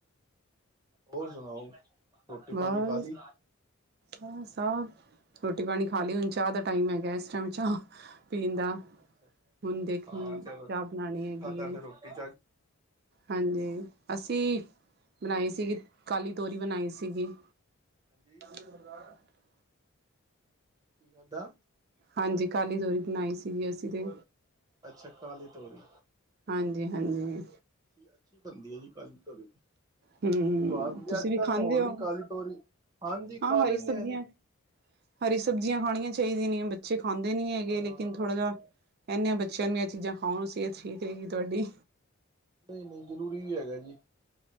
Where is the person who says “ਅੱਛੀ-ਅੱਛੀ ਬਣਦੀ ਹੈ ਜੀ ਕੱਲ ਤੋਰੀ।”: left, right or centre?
Right